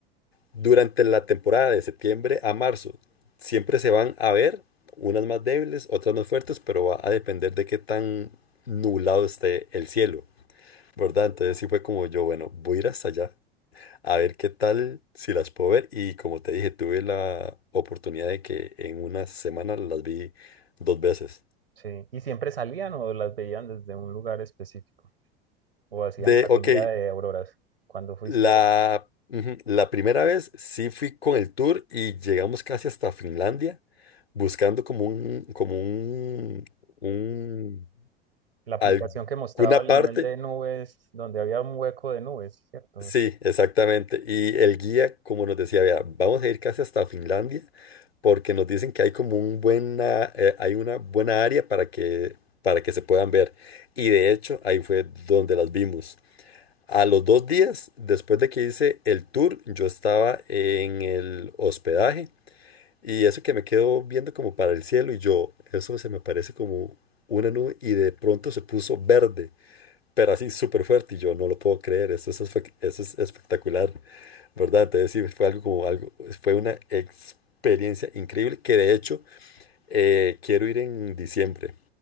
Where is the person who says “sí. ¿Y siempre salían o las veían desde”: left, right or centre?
Right